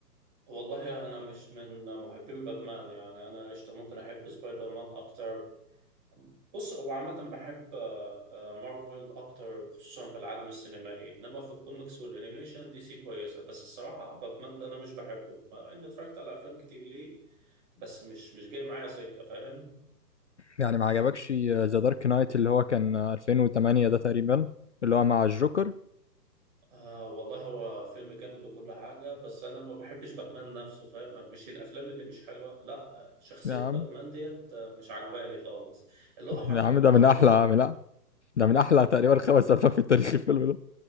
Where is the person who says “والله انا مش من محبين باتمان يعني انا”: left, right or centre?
Right